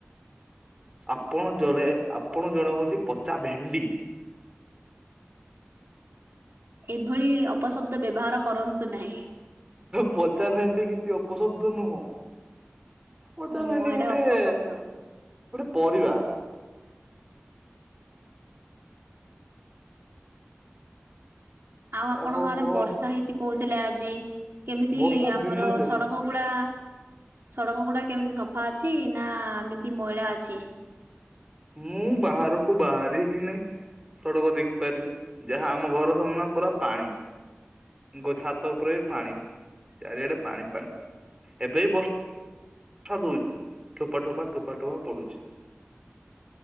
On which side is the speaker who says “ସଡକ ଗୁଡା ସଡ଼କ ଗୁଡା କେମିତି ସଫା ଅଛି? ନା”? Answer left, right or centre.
Right